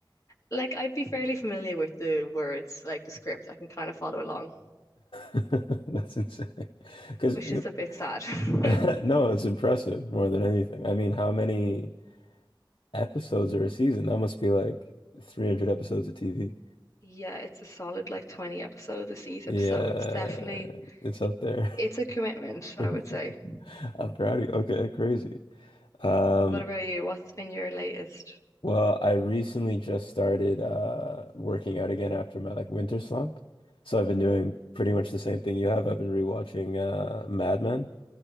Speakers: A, on the left; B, on the left.
A: Like I'd be fairly familiar with the words, like the script. I can kind of follow along,
B: <laughs> That's insane. Because
A: which is a bit
B: <laughs>
A: sad. <laughs>
B: no, it's impressive more than anything. I mean, how many? episodes or a season. That must be like 300 episodes of TV.
A: Yeah, it's a solid like 20 episodes a season,
B: Yeah,
A: so it's definitely
B: it's up there.
A: it's a commitment,
B: <laughs>
A: I would say.
B: I'm proud of you. Okay, crazy. Um,
A: What about you? What's been your latest?
B: well, I recently just started uh working out again after my like winter slump. So I've been doing pretty much the same thing you have. I've been rewatching uh Mad Men.